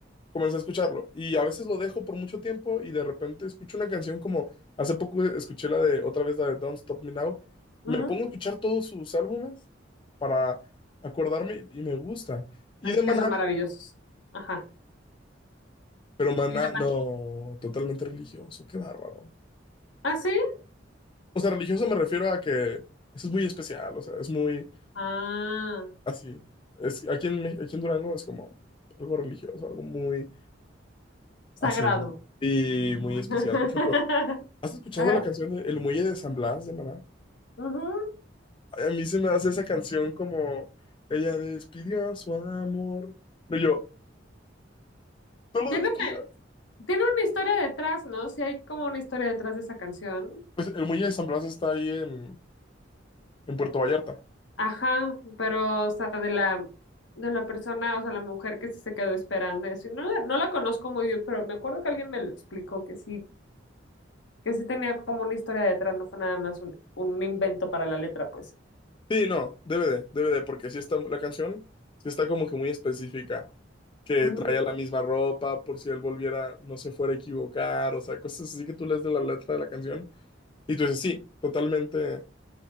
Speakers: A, on the left; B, on the left.
A: comencé a escucharlo. Y a veces lo dejo por mucho tiempo y de repente escucho una canción como hace poco escuché la de otra vez la de Don't Stop Me Now. Me
B: ujú.
A: pongo a escuchar todos sus álbumes para acordarme y me gusta. Y
B: Es
A: de
B: que
A: Maná,
B: son maravillosos. Ajá.
A: pero maná,
B: Y le-
A: no, totalmente religioso, qué bárbaro.
B: ¿Ah, sí?
A: O sea, religioso me refiero a que eso es muy especial, o sea, es muy
B: Ah,
A: así. Es, aquí en, Mex- aquí en Durango es como algo religioso, algo muy
B: sagrado.
A: así y muy
B: <laughs>
A: especial. Por ejemplo, ¿has escuchado la
B: Ajá.
A: canción de El Muelle de San Blas de Maná?
B: Ujú.
A: Ay, a mí se me hace esa canción como ella despidió a su amor. Pero yo, no lo
B: Tiene,
A: despidas.
B: tiene una historia detrás, ¿no? Sí hay como una historia detrás de esa canción.
A: Pues El Muelle de San Blas está ahí en, en Puerto Vallarta.
B: Ajá, pero, o sea, de la, de la persona, o sea, la mujer que sí se quedó esperando y así. No la, no la conozco muy bien, pero me acuerdo que alguien me lo explicó, que sí, que sí tenía como una historia detrás, no fue nada más un, un invento para la letra, pues.
A: Sí, no, debe de, debe de, porque sí está la canción, sí está como que muy específica, que
B: Ujú,
A: traía la misma ropa por si él volviera, no se fuera a equivocar, o sea, cosas así que tú lees de la letra de la canción y tú dices, sí, totalmente,